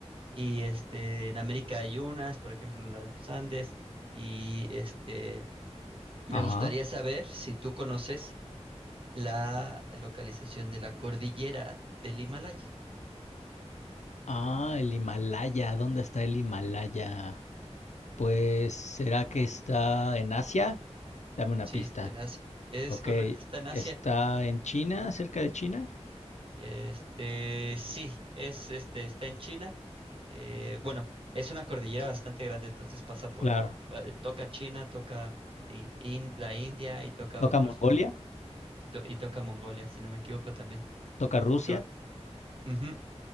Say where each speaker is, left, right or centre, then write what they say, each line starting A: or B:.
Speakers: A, on the right (about 50°); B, on the left (about 85°).
A: y este, en América hay unas, por ejemplo, la de los Andes y este, me
B: Ajá.
A: gustaría saber si tú conoces la localización de la cordillera del Himalaya.
B: Ah, el Himalaya. ¿Dónde está el Himalaya? Pues, ¿será que está en Asia? Dame una
A: Sí,
B: pista.
A: está en Asia. Es
B: Ok,
A: correcto, está en Asia.
B: ¿está en China, cerca de China?
A: Este, sí, es, este, está en China. Eh, bueno, es una cordillera bastante grande, entonces pasa por,
B: Claro.
A: pa- toca China, toca i- in- la India y toca
B: ¿Toca
A: otros,
B: Mongolia?
A: to- y toca Mongolia, si no me equivoco también.
B: ¿Toca Rusia?
A: Cor- Ujú.